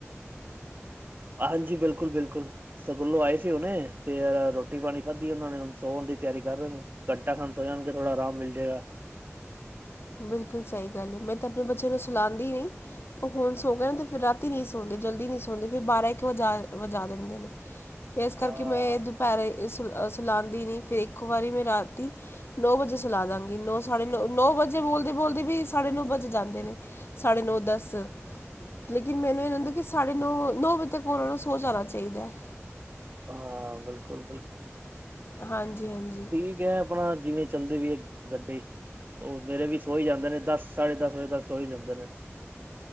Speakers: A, on the right (about 45°); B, on the left (about 50°).
A: ਹਾਂਜੀ ਬਿਲਕੁਲ-ਬਿਲਕੁਲ ਸਕੂਲੋਂ ਆਏ ਸੀ ਹੁਨੇ ਤੇ ਰੋਟੀ ਪਾਣੀ -ਖਾਧੀ ਉਹਨਾਂ ਨੇੁ ਸੋਣ ਦੀ ਤਿਆਰੀ ਕਰ ਰਏ ਨੇ। ਘੰਟਾ ਖਾਨ ਸੋ ਜਾਣਗੇ ਥੋੜਾ ਆਰਾਮ ਮਿਲ ਜਾਏਗਾ।
B: ਬਿਲਕੁਲ ਸਈ ਗੱਲ ਏ ਮੈਂ ਤਾਂ ਆਪਣੇ ਬੱਚੇ ਨੂੰ ਸਲਾਉਂਦੀ ਨਹੀਂ। ਓ ਹੁਣ ਸੋ ਗਏ ਅਤੇ ਫਿਰ ਰਾਤੀ ਨਹੀਂ ਸੋਂਦੇ ਜਲਦੀ ਨਹੀਂ ਸੋਂਦੇ ਫਿਰ ਬਾਰਾਂ ਇੱਕ ਵਜਾ ਵਜਾ ਦਿੰਦੇ ਨੇ। ਫਿਰ ਇਸ ਕਰਕੇ
A: ਹਾਂ
B: ਮੈਂ ਦੁਪੈਰੇ ਸੁਲਾਉਦੀ ਨਈ ਫਿਰ ਇੱਕ ਵਾਰੀ ਮੈਂ ਰਾਤੀ ਨੌ ਵਜੇ ਸਲਾ ਦਾਂਗੀ ਨੌ ਸਾਢੇ ਨੌ-ਨੌ ਵਜੇ ਬੋਲਦੇ-ਬੋਲਦੇ ਵੀ ਸਾਢੇ ਨੌ ਵਜ ਜਾਂਦੇ ਨੇ ਸਾਢੇ ਨੌ ਦੱਸ ਲੇਕਿਨ ਮੈਨੂੰ ਇਹ ਨਹੀਂ ਹੁੰਦਾ ਕਿ ਸਾਢੇ ਨੌ ਨੌ ਵਜੇ ਤੱਕ ਉਹਨਾਂ ਨੂੰ ਸੋ ਜਾਣਾ ਚਾਹੀਦਾ ਹੈ।
A: ਹਾਂ ਬਿਲਕੁਲ-ਬਿਲਕੁਲ
B: ਹਾਂਜੀ-ਹਾਂਜੀ
A: ਠੀਕ ਹੈ ਆਪਣਾ ਜਿਵੇਂ ਚੱਲਦੀ ਵੀ ਹੈ ਗੱਡੀ ਓ ਮੇਰੇ ਵੀ ਸੋ ਹੀ ਜਾਂਦੇ ਨੇ ਦਸ ਸਾਢੇ ਦਸ ਵਜੇ ਤੱਕ ਸੋ ਹੀ ਜਾਂਦੇ ਨੇ।